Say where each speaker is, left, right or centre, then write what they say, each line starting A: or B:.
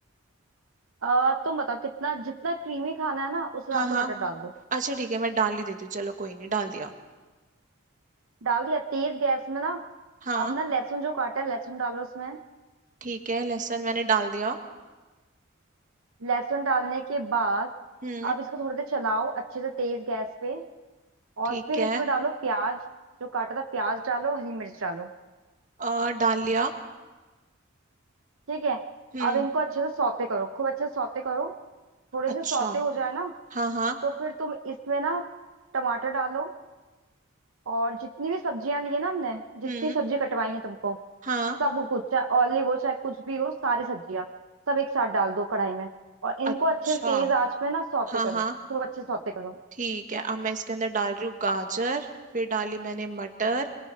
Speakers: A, on the right (about 70°); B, on the right (about 35°).
A: आ, तुम बताओ कितना जितना क्रीमी खाना है ना उस हिसाब
B: हाँ हाँ
A: से बटर डाल दो
B: अच्छा ठीक है मैं डाल ही देती हूँ चलो कोई नहीं डाल दिया
A: डाल दिया तेज गैस में ना
B: हाँ
A: अब ना लहसुन जो काटा है लहसुन डालो उसमें
B: ठीक है लहसुन मैंने डाल दिया
A: लहसुन डालने के बाद
B: हम्म
A: अब इसको थोड़ी देर चलाओ अच्छे से तेज गैस पे
B: ठीक
A: और फिर
B: है
A: इसमें डालो प्याज जो काटा था प्याज डालो हरी मिर्च डालो
B: और डाल लिया
A: ठीक है
B: हम्म
A: अब इनको अच्छे से सौते करो खूब अच्छे से सौते करो थोड़े
B: अच्छा
A: से सौते हो जाए ना
B: हाँ हाँ
A: तो फिर तुम इसमें ना टमाटर डालो और जितनी भी सब्जियां ली है ना हमने जितनी
B: हम्म
A: सब्जी कटवाई है तुमको
B: हाँ
A: सब कुछ चाहे ऑलिव हो चाहे कुछ भी हो सारी सब्जियां सब एक साथ डाल दो कढ़ाई में और इनको
B: अच्छा
A: अच्छे से तेज आंच पे ना सौते
B: हाँ
A: करो
B: हाँ
A: खूब अच्छे से सौते करो
B: ठीक है अब मैं इसके अंदर डाल रही हूँ गाजर फिर डाली मैंने मटर